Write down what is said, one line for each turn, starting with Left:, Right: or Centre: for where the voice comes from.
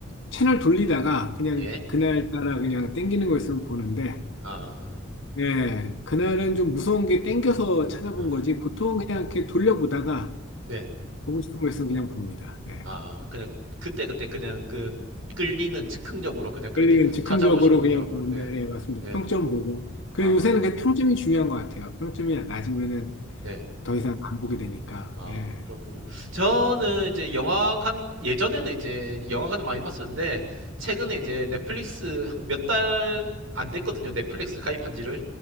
Left: 채널 돌리다가 그냥
Right: 예.
Left: 그날 따라 그냥 땡기는 거 있으면 보는데,
Right: 아,
Left: 예, 그날은 좀 무서운 게 땡겨서 찾아본
Right: 어,
Left: 거지, 보통 그냥 이렇게 돌려보다가
Right: 네.
Left: 보고 싶은 거 있으면 그냥 봅니다. 예.
Right: 아, 그냥 그때그때 그냥 그 끌리는 즉흥적으로 그냥 그렇게
Left: 끌리는 즉흥적으로
Right: 찾아보시는군요.
Left: 그냥 보는데,
Right: 네,
Left: 예, 맞습니다.
Right: 네.
Left: 평점 보고. 그래,
Right: 아,
Left: 요새는 그 평점이 중요한 것 같아요. 평점이 낮으면은
Right: 네.
Left: 더 이상 안 보게 되니까,
Right: 아,
Left: 예,
Right: 그렇군요. 저는
Left: 예, 맞습니다.
Right: 이제 영화관, 예전에는 이제 영화관을 많이 봤었는데, 최근에 이제 넷플릭스 한 몇 달 안 됐거든요. 넷플릭스 가입한 지를.